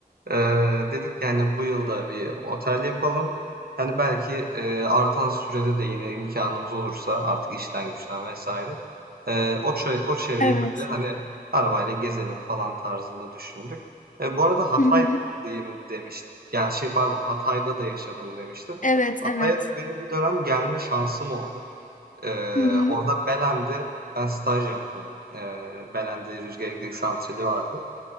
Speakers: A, on the right (about 70°); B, on the left (about 55°).
A: Eee, dedik yani bu yılda bir otel yapalım. Hani belki eee, artan sürede de yine imkanımız olursa artık işten güçten vesaire. eee, o, çe- o çevreyi
B: Evet.
A: böyle hani arabayla gezelim falan tarzında düşündük. E, bu arada Hatay'dayım
B: Hı hı.
A: demiştim. Yani şey pardon Hatay'da da yaşadım demiştim.
B: Evet,
A: Hatay'a
B: evet.
A: da benim bir dönem gelme şansım oldu. Eee,
B: Hı hı.
A: orada Belen'de ben staj yaptım. Eee Belen'de rüzgar elektrik santrali vardı.